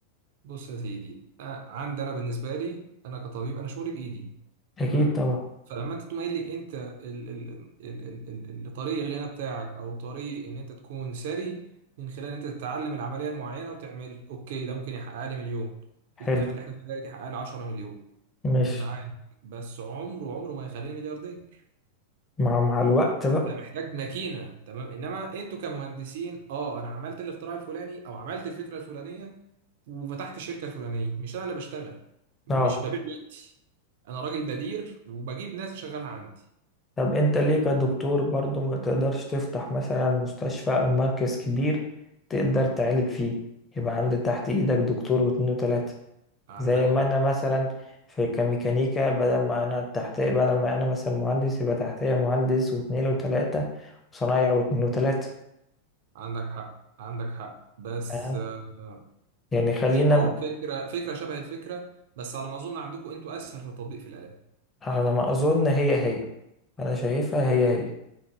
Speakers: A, on the right; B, on the left.
A: بص يا سيدي آه، عندي انا بالنسبه لي انا كطبيب انا شغلي بايدي
B: اكيد
A: تمام
B: طبعا
A: فلما انت تقوم قايل لي انت ال ال ال ال ال ال طريق الغنى بتاعك او طريق ان انت تكون ثري من خلال ان انت تتعلم العمليه المعينه وتعمل اوكي ده ممكن يحقق لي مليون في
B: حلو
A: الايام اللي احنا فيها دي يحقق لي 10 مليون
B: ماشي
A: معاك بس عمره عمره ما يخليني ملياردير
B: مع مع الوقت بقى
A: انت محتاج ماكينه تمام انما انتوا كمهندسين اه انا عملت الاختراع الفلاني او عملت الفكره الفلانيه وفتحت الشركه الفلانيه مش انا اللي بشتغل مش
B: اه
A: ببيع وقتي انا راجل بدير وبجيب ناس شغالة عندي
B: طب انت ليه كدكتور برضو ما تقدرش تفتح مثلا مستشفى او مركز كبير تقدر تعالج فيه يبقى عند تحت ايدك دكتور واتنين وتلاتة
A: عندك
B: زي ما
A: حق
B: انا مثلا في كميكانيكا بدل ما انا تحتيه بدل ما انا مثلا مهندس يبقى تحتيه مهندس واتنين وتلاتة وصنايع واتنين وتلاتة
A: عندك حق عندك حق بس
B: تمام
A: آه،
B: يعني خلينا
A: هي اه
B: ب-
A: فكره فكره شبه الفكره بس على ما اظن عندكم انتوا اسهل في التطبيق في الاله
B: على ما اظن هي هي انا شايفها هي هي